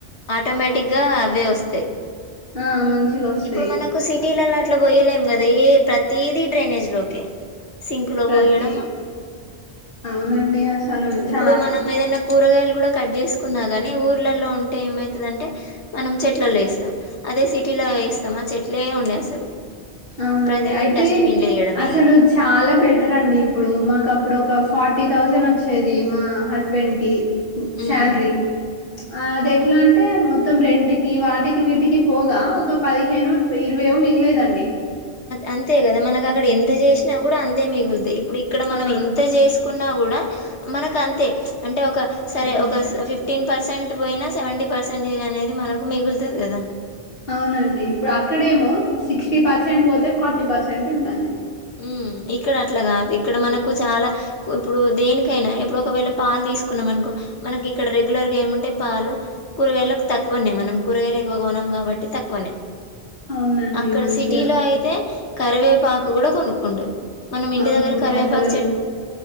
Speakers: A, on the left; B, on the left.
A: ఆటోమేటిగ్గా అవే వస్తాయి
B: ఆ మంచిగా వస్తాయి
A: ఇప్పుడు మనకు సిటీలల్లో అట్ల పోయలేం కదా యే ప్రతీది డ్రైనేజీ లోకే సింకులో
B: ప్రతి
A: పోయడం
B: అవునండి అసలు
A: ఇప్పుడు
B: చాలా
A: మనం ఏనక్ కూరగాయలు కూడా కట్ చేసుకున్నా గాని ఊర్లలో ఉంటే ఏమైతాదంటే మనం చెట్లల్లో ఏస్తాం అదే సిటీలో వేస్తామా చెట్లే ఉండే అసలు
B: అవునండి
A: ప్రతిదీ
B: అయితే
A: డస్ట్బిన్ లో వేయడమే
B: అసలు
A: ఇగ
B: చాలా బెటర్ అండి ఇప్పుడు మాకు అప్పుడు ఒక ఫార్టీ థౌజండ్ వచ్చేది మా హస్బెండ్ కి
A: ఉమ్
B: శాలరీ ఆ
A: ఉమ్.
B: అది ఎట్లా అంటే మ మొత్తం రెంట్ కి వాటికి వీటికి పోగా ఒక పదిహేనో, ఇరవయ్యో మిగిలేదండి
A: అంతే కదా మనకు అక్కడ ఎంత చేసినా కూడా అంతే మిగులుతాయి ఇప్పుడు ఇక్కడ మనం
B: ఆ
A: ఇంత చేసి కున్నా కూడా మనకు అంతే అంటే ఒక సరే
B: ఉమ్,
A: ఒక ఫిఫ్ ఫిఫ్టీన్ పర్సెంట్ పోయినా సెవెంటీ పర్సెంటేజ్ అనేది మనకు మిగులుతుంది కదా
B: అవునండి ఇప్పుడు అక్కడేమో సిక్స్టీ పర్సెంట్ పోతే ఫార్టీ పర్సెంట్ ఉంటాది
A: మ్మ్ ఇక్కడ అట్ల కాదు ఇక్కడ మనకు చాలా ఇప్పుడు దేనికైనా ఇప్పుడు ఒకవేళ పాలు తీసుకున్నాం అనుకో మనకి ఇక్కడ రెగ్యులర్ గా ఏముంటాయ్ పాలు, కూరగాయలకు తక్కువనే మనం కూరగాయలు ఎక్కువగా కొనం కాబట్టి తక్కువనే
B: అవునండి
A: అక్కడ
B: మంచిగా
A: సిటీలో అయితే కరివే కూడా కొనుక్కుంటారు
B: అవునండి
A: దగ్గర కరివేపాకు
B: అసలు
A: చెట్